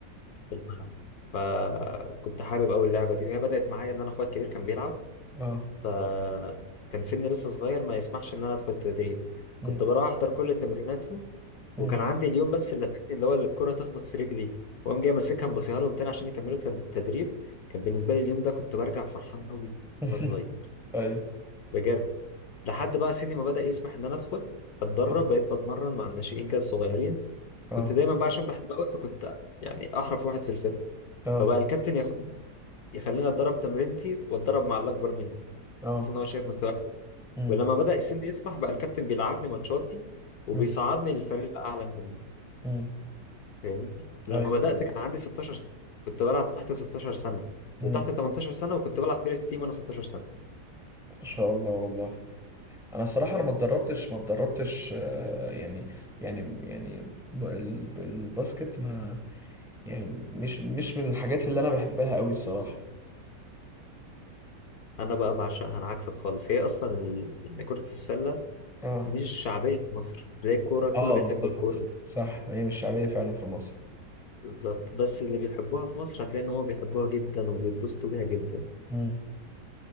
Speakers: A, on the left; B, in the centre.
A: في الملعب فكنت حابب أوي اللعبة دي وهي بدأت معايا إن أنا أخويا الكبير كان بيلعب
B: اه
A: فكان سني لسه صغير ما يسمحش إن أنا أدخل التدريب
B: مم.
A: كنت بروح أحضر كل تمريناته وكان
B: مم.
A: عندي اليوم بس اللي فاتني اللي هو اللي الكرة تخبط في رجلي وأقوم جاي ماسكها مبصيها لهم تاني عشان يكملوا تل- التدريب كان بالنسبة لي اليوم ده كنت برجع فرحان أوي
B: <laughs>
A: وأنا صغير
B: ايوه
A: بجد لحد بقى سني ما بدأ يسمح إن أنا أدخل أتدرب
B: اه
A: بقيت بتمرن مع الناشئين كده الصغيرين
B: اه
A: كنت دايما بقى عشان بحب أوي فكنت يعني أحرف واحد في الفرقة
B: اه
A: فبقى الكابتن ياخد يخليني اتدرب تمرينتي واتدرب مع اللي اكبر مني
B: اه.
A: بحيث ان هو شايف مستواي حلو.
B: مم.
A: ولما بدأ السن يسمح بقى الكابتن بيلعبني ماتشاتي وبيصعدني
B: مم.
A: للفريق الاعلى مني
B: مم.
A: فاهمني لما
B: ايوه
A: بدأت كان عندي 16 سنة كنت بلعب تحت 16 سنة
B: مم.
A: وتحت 18 سنة وكنت بلعب فيرست تيم وانا 16 سنة
B: ما شاء الله والله انا الصراحه انا ما اتدربتش ما اتدربتش آه، يعني يعني يعني م- ال- الباسكت ما يعني مش مش من الحاجات اللي انا بحبها قوي الصراحه
A: انا بقى بعشقها انا عكسك خالص هي اصلا ال... يعني كرة السلة
B: اه
A: مش شعبية في مصر تلاقي الكورة كله
B: اه
A: بيحب
B: بالظبط
A: الكورة
B: صح ما هي مش شعبيه فعلا في مصر
A: بالظبط بس اللي بيحبوها في مصر هتلاقي ان هم بيحبوها جدا وبيتبسطوا بيها جدا
B: مم.